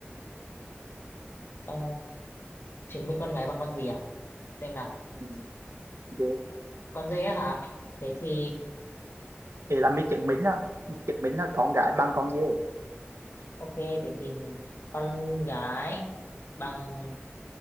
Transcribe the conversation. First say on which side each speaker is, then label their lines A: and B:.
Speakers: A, on the left (about 60°); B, on the right (about 75°).
A: ờ, chứng minh con gái bằng con gì à? Xem nào.
B: Ừ, dê
A: Con dê á hả? Thế thì...
B: thì là mình chứng minh đó mình chứng minh là con gái bằng con dê
A: Ok, thế thì con gái bằng